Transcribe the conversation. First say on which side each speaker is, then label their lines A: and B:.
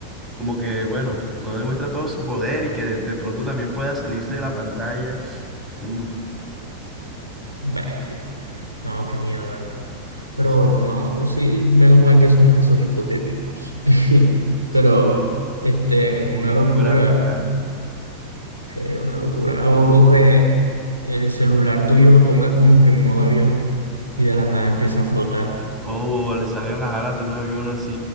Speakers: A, on the right; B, on the right.
A: como que, bueno, no demuestra todo su poder y que de, de pronto también pueda salirse de la pantalla. Uf,
B: bestia. No, qué miedo, hermano.
A: sí,
B: Pero
A: sí,
B: no, sí, menos mal que son casos hipotéticos. <laughs>
A: sí,
B: Pero, este,
A: un
B: una
A: poquito
B: locura.
A: fuera de lo real.
B: Sí, una locura. O, o que el celular tuyo lo pongas como que en modo avión y de la nada empieza a flotar. <laughs>
A: O le salgan las alas de un avión así